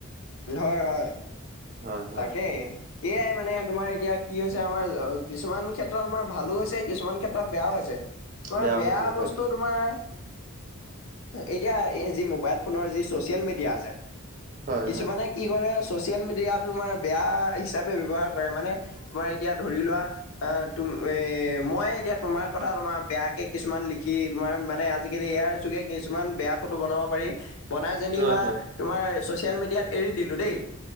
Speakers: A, on the left (about 70°); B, on the right (about 40°).
A: হয়', হয়।
B: হয় হয়
A: তাকেই, এই আই মানে তোমাৰ এতিয়া, কি হৈছে আমাৰ কিছুমান ক্ষেত্ৰত আমাৰ ভালো হৈছে। কিছুমান ক্ষেত্ৰত বেয়াও হৈছে। তোমাৰ
B: বেয়াও
A: বেয়া
B: হৈছে
A: বস্তুত
B: হয়
A: তোমাৰ এতিয়া এই যি মোবাইল ফোনৰ যি চচিয়েল মিডিয়া আছে
B: হয়
A: কিছুমানে
B: হয়।
A: কি কৰে, ছচিয়েল মিডিয়াটো তোমাৰ বেয়া হিচাপে ব্যৱহাৰ কৰে মানে, তোমাৰ এতিয়া ধৰি লোৱা, এ, তুম এ মইয়ে এতিয়া তোমাৰ কথা তোমাৰ বেয়াকে কিছুমান লিখি তোমাৰ মানে আজিকালি এ আৰ যোগে কিছুমান বেয়া ফটো বনাব পাৰি বনাই যেনিবা,
B: হয়, হয়,
A: তোমাৰ ছচিয়েল মিডিয়াত এৰি দিলোঁ দেই,